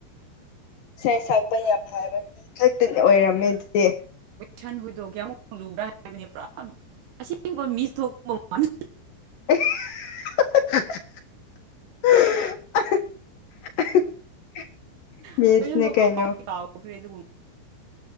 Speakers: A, on the left; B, on the right.
A: ꯁꯩ ꯁꯛꯄ ꯌꯥꯝ ꯍꯩꯏꯕ ꯃꯤ ꯈꯛꯇꯅ ꯑꯣꯏꯔꯝꯃꯦ ꯑꯗꯨꯗꯤ
B: ꯁꯟ ꯍꯣꯏꯗꯣ ꯀꯌꯥꯃꯨꯛ ꯂꯨꯕ꯭ꯔꯥ ꯍꯥꯏꯕꯅꯤ ꯄꯨꯔꯥ ꯑꯁꯦꯡꯕ ꯃꯤꯁ ꯊꯣꯛꯄꯨ ꯃꯥꯟ
A: <unintelligible> <unintelligible> ꯃꯤꯁꯅꯦ
B: ꯐꯣꯢꯂꯝꯗꯣ
A: ꯀꯩꯅꯣ
B: ꯀꯥꯎꯗꯤ ꯀꯥꯎꯈ꯭ꯔꯦ ꯗꯨ